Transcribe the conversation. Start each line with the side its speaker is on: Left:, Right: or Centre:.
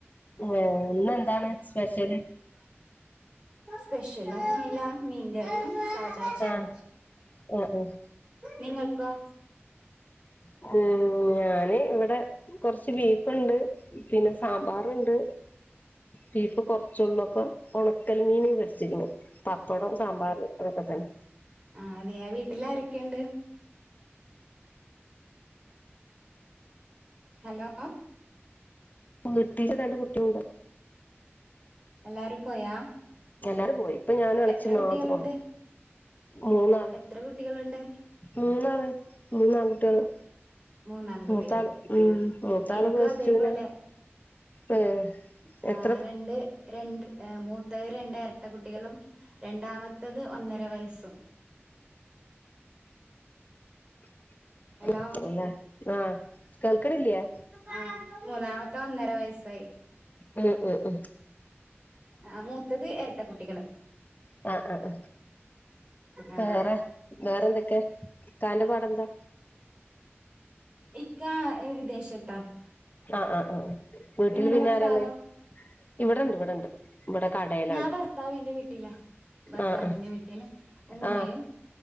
Left: ഏ ഇന്ന് എന്താണ് സ്പെഷ്യല്.
Right: സ്പെഷ്യല് എല്ല മീൻ കറിം സാധാ ചോറ്
Left: ആഹ് ആഹ് ആഹ് ഉം
Right: നിങ്ങൾക്കോ
Left: <unintelligible> ഞാന് ഇവിടെ കൊറച്ച് ബീഫുണ്ട്. പിന്നെ സാമ്പാറുണ്ട്. ബീഫ് കുറച്ചള്ളൂപ്പം ചെമ്മീന്മീന് പെരച്ചിക്ക്ണ് പപ്പടം സാമ്പാർ അതൊക്കെ തന്നെ.
Right: ആ അതെയ വീട്ടിൽ ആരൊക്കെണ്ട്. ഹലോ?
Left: അനിയത്തിന്റെ രണ്ട് കുട്ടിയള്ണ്ട്.
Right: എല്ലാരും പോയാ
Left: എല്ലാരും പോയി ഇപ്പം ഞാനും ഇളച്ചിം
Right: എത്ര കുട്ടികളുണ്ട്
Left: മാത്രള്ളു. മൂന്നാള്
Right: എത്ര കുട്ടികളുണ്ട്
Left: മൂന്നാള് മൂന്ന്ആൺകുട്ടിയാള്.
Right: മൂന്നാൺകുട്ടികൾ
Left: മൂത്താള് മ് മൂത്താള്
Right: എനിക്കും
Left: പ്ലസ്റ്റുന്
Right: അതേപോലെ
Left: ഏ
Right: ആ
Left: എത്ര
Right: രണ്ട് രണ്ട് മൂത്ത രണ്ട് ഇരട്ട കുട്ടികളും രണ്ടാമ ഇത് ഒന്നര വയസ്സും.
Left: <unintelligible>
Right: ഹലോ
Left: ആ കേൾക്കണില്ലേ?
Right: ആ മൂന്നാമത്തെ ഒന്നര വയസ്സായി.
Left: ഉം ഉം ഉം
Right: ആ മൂത്തത് എരട്ട കുട്ടികള്.
Left: ആ ആ ആ
Right: ആ
Left: വേറെ വേറെന്തൊക്കെ ഇക്കാന്റെ പാടെന്താ.
Right: ഇക്കാ വിദേശത്താ
Left: ആഹ് ആഹ് ആഹ് വീട്ടില്
Right: നിങ്ങടെ
Left: പിന്നെ
Right: ഭർത്താവോ?
Left: ആരാള്ളെ ഇവിടെണ്ട് ഇവിടെണ്ട് ഇവിടെ കടേലാണ്
Right: ഞാ ഭർത്താവിന്റെ വീട്ടിലാ ഭർത്താവിന്റെ
Left: ആഹ്
Right: വീട്ടില് ഉമ്മയും
Left: ആഹ്